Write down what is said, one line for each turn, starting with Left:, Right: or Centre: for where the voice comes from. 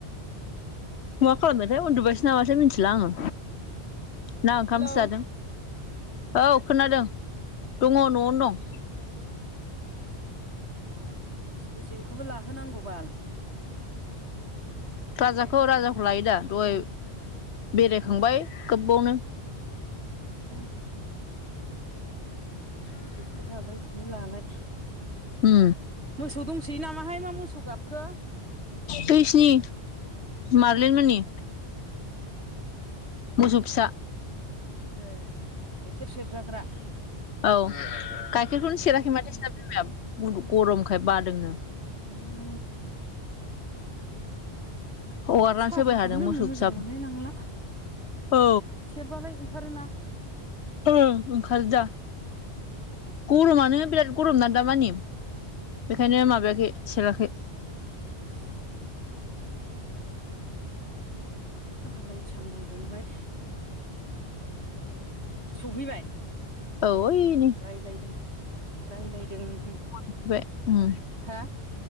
Left: मा खालामबायथाय उन्दुबायसो नामासो मिथिला आङो ना ओंखाम
Right: हेलौ
Left: जादों औ खोनादों दङ न'आवनो दं
Right: दस दसे बेखौबो लाहोनांगौ <unintelligible>
Left: राजाखौ राजाखौ लायो दा दहाय
Right: उम
Left: बेरायखांबाय गोबावनो
Right: <unintelligible> बिसिनो बेखौ लालाय बि लालाय
Left: उम
Right: मोसौ दंसै नामाहाय मा मोसौ गाबखो
Left: बैसोनि मारलै मोननि मोसौ फिसा
Right: ए गाइखेर सेरजाग्रा
Left: औ गाइखेरखौनो सेराखै
Right: उम
Left: माथो सिना बिमाया बुद गरमखाय बादोंनो
Right: उम
Left: हगारनानै
Right: साहाफोरखौबो
Left: फैबाय थादों
Right: लोंनो
Left: मोसौ
Right: मोजां
Left: फिसाखौ
Right: मोनलाय लांला
Left: औ
Right: सेरबालाय ओंखारोना
Left: ओं ओंखारो दा गरमानो बिराद गरम ना दामानि बेखायनो
Right: उम
Left: माबायाखै सेराखै
Right: <inaudible> अखा हालाय सान्दुं दुंलाय सहैयो
Left: औ ओय
Right: राय्लायदों राय्लायदों ओहो
Left: मोनफैबाय उम
Right: हा